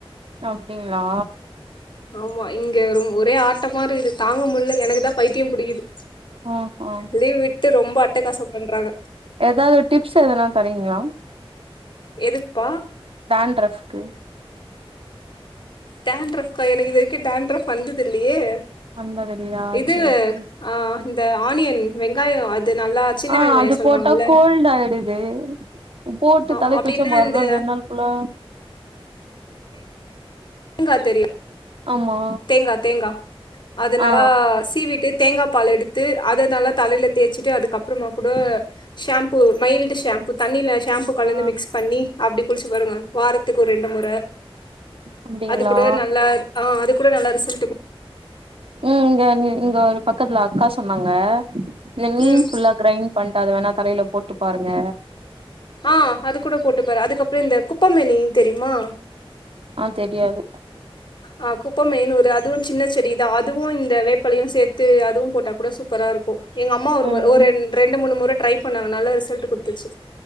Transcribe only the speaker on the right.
அப்டிங்ளா
ம் ம்
எதாது ஒரு டிப்ஸ் எதனா தரீங்ளா
டான்ரஃப்க்கு
வந்தது இல்லையா
சேர் சேர்
ஆ
அது
போட்டா கோல்ட் ஆயிடுது போட்டு
தல
குளிச்சா மறுநாள்
ரெண்டு நாள் ஹலோ
ஆமா
ஆ ஆ
ஆ
அப்டிங்களா
ம் இங்க இங்க ஒரு பக்கத்துல அக்கா சொன்னாங்க இந்த நீம்
ஃபுல்லா கிரைண்ட் பண்ணிட்டு அது வேணா தலையில போட்டு பாருங்க
ஆ தெரியாது.
ம்